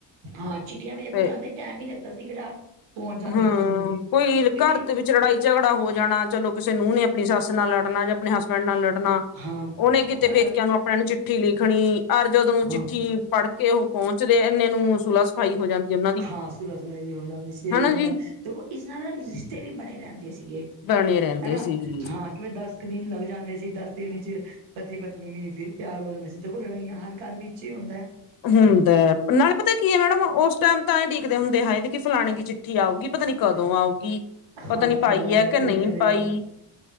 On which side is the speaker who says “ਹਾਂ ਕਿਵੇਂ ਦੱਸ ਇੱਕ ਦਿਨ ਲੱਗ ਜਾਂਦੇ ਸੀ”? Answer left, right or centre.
Right